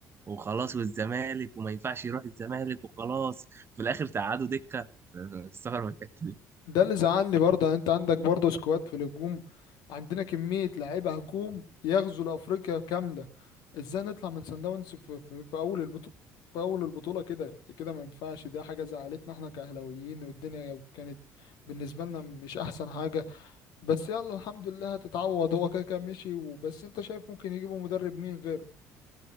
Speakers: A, on the right; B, on the left.
A: وخلاص والزمالك وما ينفعش يروح الزمالك وخلاص في الاخر تقعدوا دكة أنا مستغرب الحتة دي
B: ده اللي زعلني برضه يعني انت عندك برضه سكواد في الهجوم عندنا كمية لعيبة هجوم يغزو لأفريقيا كاملة ازاي نطلع من سان داونز في, في, في أول البطولة في أول البطولة كده كده ما ينفعش ده حاجة زعلتنا احنا كأهلاويين والدنيا كانت بالنسبة لنا مش أحسن حاجة بس يلا الحمد لله هتتعوض هو كده كده مشي وبس انت شايف ممكن يجيبوا مدرب مين غيره